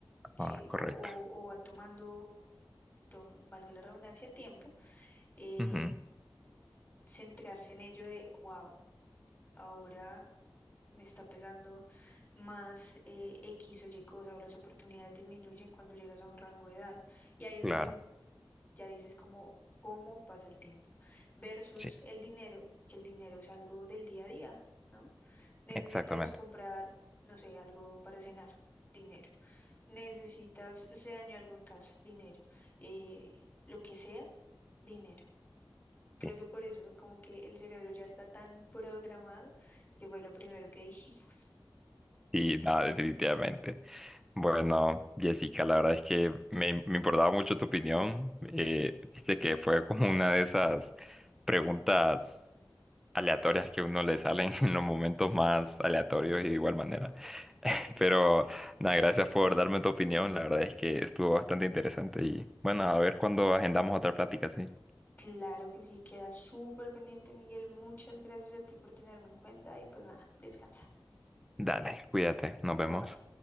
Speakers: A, on the left (about 20°); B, in the centre.
A: ¿sí?
B: Ah, correcto.
A: O, o, o va tomando tom- valga la redundancia, tiempo, eh,
B: Ujú,
A: centrarse en ello de, wow, ahora me está pesando más eh, X o Y cosa o las oportunidades disminuyen cuando llegas a un rango de edad. Y ahí es
B: Claro,
A: donde em- ya dices como, cómo pasa el tiempo versus
B: sí,
A: el dinero, que el dinero es algo del día a día, ¿no? Necesitas
B: exactamente.
A: comprar, no sé, algo para cenar, dinero. Necesitas, se dañó algo en casa, dinero. Eh, lo que sea, dinero. Creo
B: Sí.
A: que por eso, como que el cerebro ya está tan programado, que fue lo primero que dijimos. <laughs>
B: Sí, nada, definitivamente. Bueno,
A: Sí.
B: Jessica, la verdad es que me, me importaba mucho tu opinión. Eh, viste que fue como una de esas preguntas aleatorias que a uno le salen <laughs> en los momentos más aleatorios y de igual manera. <laughs>
A: Ok.
B: Pero nada, gracias por darme tu opinión. La verdad es que estuvo bastante interesante y bueno, a ver cuándo agendamos otra plática, sí.
A: Claro que sí, queda súper pendiente, Miguel. Muchas gracias a ti por tenerme en cuenta y pues nada, descansa.
B: Dale, cuídate, nos vemos.
A: Bye bye.